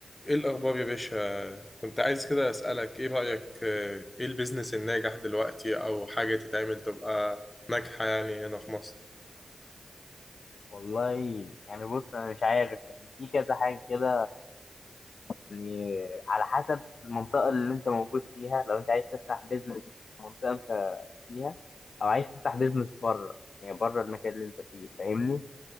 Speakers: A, on the left (about 25°); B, on the left (about 65°).
A: ايه الاخبار يا باشا كنت عايز كده اسالك ايه رايك آه، ايه البيزنس الناجح دلوقتي او حاجه تتعمل تبقى ناجحه يعني هنا في مصر
B: والله يعني بص انا مش عارف يعني في كذا حاجه كده يعني على حسب المنطقه اللي انت موجود فيها لو انت عايز تفتح بيزنس في المنطقه انت فيها او عايز تفتح بيزنس بره يعني بره المكان اللي انت فيه فاهمني